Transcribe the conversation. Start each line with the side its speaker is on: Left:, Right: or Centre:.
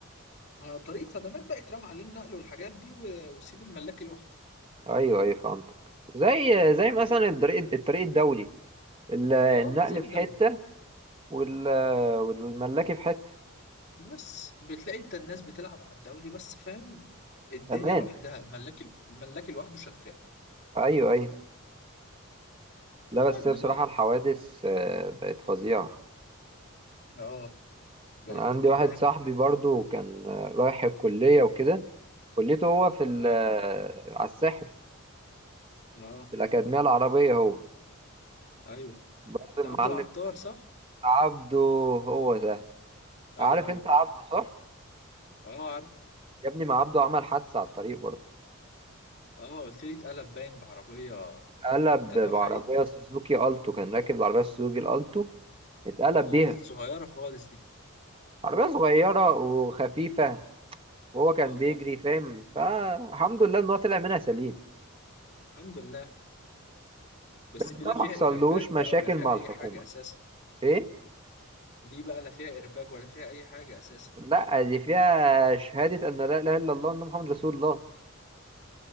Left: ما طريق خدمات بقى يترمى عليه النقل والحاجات دي و- وسيب الملاك لوحده
Right: ايوه ايوه فهمت زي زي مثلا
Left: إنما-
Right: الطريق الطريق الدولي ال- النقل
Left: اه زي الدولي
Right: في حتة وال- والملاكي في حتة
Left: بس بتلاقي انت الناس بتلعب على الدولي بس فاهم الدنيا
Right: امان
Left: لوحدها الملاك الملاك لوحده شغال
Right: ايوه ايوه لا
Left: اه
Right: بس
Left: انما
Right: هي بصراحة الحوادث آه، بقت فظيعة
Left: اه بقت
Right: أنا عندي
Left: مرعبة
Right: واحد صاحبي برضو كان آه، رايح الكلية وكده كليته هو في ال-
Left: اه
Right: آه، على الساحل
Left: اه
Right: في الأكاديمية العربية هو
Left: ايوه
Right: برضو
Left: ده
Right: المعلم
Left: عبد العطار صح؟
Right: عبده هو ده
Left: ايوه
Right: عارف
Left: ايوه
Right: أنت عبده صح؟
Left: اه عارف
Right: يا ابني ما عبده عمل حادثة على الطريق برضو
Left: اه قلت لي اتقلب باين بعربية
Right: قلب
Left: كان
Right: بعربية
Left: نوعها ايه؟
Right: سوزوكي ألتو كان راكب العربية سوزوكي الألتو اتقلب
Left: اه
Right: بيها
Left: صغيرة خالص دي
Right: عربية صغيرة وخفيفة وهو كان
Left: اه
Right: بيجري فاهم فالحمد لله إن هو طلع منها سليم
Left: الحمد لله بس
Right: بس
Left: دي
Right: ده
Left: لا فيها
Right: ما حصلوش
Left: ايرباج بقى
Right: مشاكل
Left: ولا فيها
Right: مع الحكومة
Left: اي حاجة اساسا
Right: ايه
Left: دي بقى لا فيها ايرباج ولا فيها اي حاجة اساسا
Right: لا دي فيها شهادة ان لا اله الا الله وان محمد رسول الله